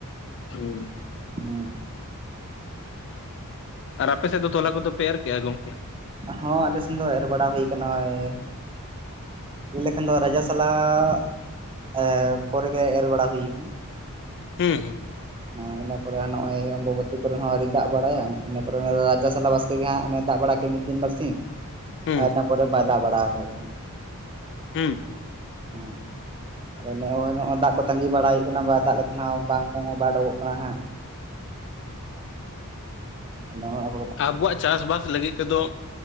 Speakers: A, on the left; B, on the right.
A: ᱦᱩᱸ
B: ᱦᱮᱸ ᱦᱩᱸ,
A: ᱟᱨ ᱟᱯᱮ ᱥᱮᱫ ᱫᱚ ᱛᱚᱞᱟ ᱠᱚᱫᱚ ᱯᱮ ᱮᱨ ᱠᱮᱭᱼᱟ ᱜᱚᱝᱠᱮ?
B: ᱦᱚᱸ ᱟᱞᱮ ᱥᱮᱱ ᱫᱚ ᱮᱨ ᱵᱟᱲᱟ ᱦᱩᱭ ᱠᱟᱱᱟ ᱱᱚᱜ ᱚᱭ ᱞᱟᱹᱭ ᱞᱮᱠᱷᱟᱱ ᱫᱚ ᱨᱟᱡᱟ ᱥᱟᱞᱟᱜ ᱮᱸ ᱯᱚᱨᱮᱜ ᱜᱮ ᱮᱨ ᱵᱟᱲᱟ ᱦᱩᱭ ᱠᱟᱱᱟ᱾
A: ᱦᱩᱸ ᱦᱩᱸ,
B: ᱦᱮᱸ ᱤᱱᱟ ᱯᱚᱨᱮ ᱱᱚᱜᱼᱚᱭ ᱚᱢᱵᱟᱵᱚᱛᱤ ᱠᱚᱨᱮ ᱦᱚᱸ ᱟᱣᱨᱤ ᱫᱟᱜᱲ ᱵᱟᱲᱟᱭᱟ ᱤᱱᱟ ᱯᱚᱨᱮ ᱨᱟᱡᱟ ᱥᱟᱞᱟᱜ ᱵᱟᱥ ᱜᱮ ᱦᱟᱸᱜ ᱚᱱᱮ ᱫᱟᱜᱽ ᱵᱟᱲᱟ ᱠᱮᱫ ᱢᱤᱫ ᱫᱤᱱ ᱵᱟᱨᱥᱤᱧ ᱤᱱᱟᱹ
A: ᱦᱩᱸ
B: ᱟᱨ ᱤᱱᱟᱹ ᱯᱚᱨᱮ ᱵᱟᱭ ᱫᱟᱜᱽ ᱵᱟᱲᱟ ᱟᱠᱟᱫᱟ ᱦᱟᱸᱜ᱾
A: ᱦᱩᱸ
B: ᱦᱚᱸ ᱟᱫᱚ ᱱᱚᱜᱼᱚᱭ ᱱᱚᱜᱼᱚᱭ ᱫᱟᱜᱽ ᱠᱚ ᱛᱟᱸᱜᱤ ᱵᱟᱲᱟ ᱦᱩᱭᱩᱜ ᱠᱟᱱᱟ ᱵᱟᱭ ᱫᱟᱜᱽ ᱞᱮᱠᱷᱟᱱ ᱵᱟᱝ ᱠᱚ ᱵᱟᱭ ᱫᱟᱜᱚᱜ ᱠᱟᱱᱟ ᱦᱟᱸᱜ᱾ ᱚᱱᱟᱦᱚ ᱟᱵᱚ
A: ᱟᱵᱚᱣᱟᱜ ᱪᱟᱥᱵᱟᱥ ᱞᱟᱹᱜᱤᱜ ᱛᱮᱫᱚ,